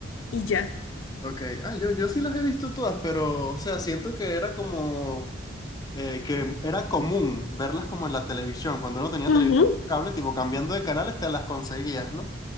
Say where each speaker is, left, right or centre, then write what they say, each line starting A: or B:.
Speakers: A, on the left (about 80°); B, on the left (about 20°).
A: y ya.
B: Ok. Ah, yo, yo sí las he visto todas, pero, o sea, siento que era como, eh, que era común verlas como en la televisión. Cuando uno tenía
A: Ujú,
B: televisión por cable, tipo cambiando de canales, te las conseguías, ¿no?